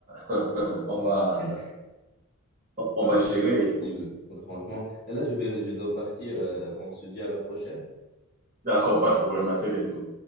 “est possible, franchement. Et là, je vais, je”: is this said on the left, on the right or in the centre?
Left